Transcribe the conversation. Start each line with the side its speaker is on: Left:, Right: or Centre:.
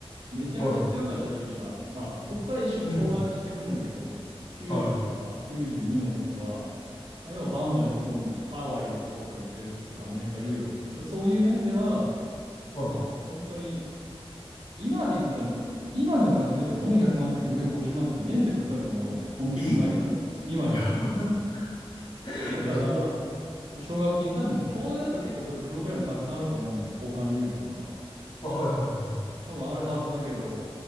Right: めちゃめちゃ強かった時期があって、
Left: え、はい。
Right: まあそこから一生凋落していくんだけど、
Left: うん。
Right: 90とか92の時は、
Left: は
Right: まあ、要はバンバンにこうにハワイ旅行とか行ってる人とかアメリカ留学とか、だそういう面では、
Left: い。は
Right: まあ本当に今で言うと多分今の学費だと400万とか450万とか年でかかると思うのね。本当高いから。
Left: い。え
Right: そう、今行くと。
Left: やば。<laughs>
Right: そう、だから
Left: やば。
Right: 奨学金多分、兄弟だと結構そういうプログラムたくさんあると思うんだけど、交換留学とか。
Left: あ、はいはいはい。
Right: 多分あるはずだけど、